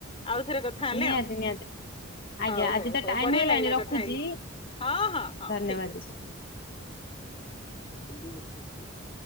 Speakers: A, on the left; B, on the left.
A: ଆଉଥରେ କଥା ହେଲେ
B: ନିହାତି
A: ଆଉ।
B: ନିହାତି। ଆଜ୍ଞା
A: ହଉ
B: ଆଜି
A: ହଉ
B: ତ
A: ହଉ
B: ଟାଇମ
A: ବଢିଆ
B: ହେଇଗଲାଣି
A: ଲାଗିଲା
B: ରଖୁଛି
A: କଥା ହେଇକି ହଁ ହଁ ହଁ
B: ଧନ୍ୟବାଦ।
A: ଠିକ ଅଛି। <unintelligible>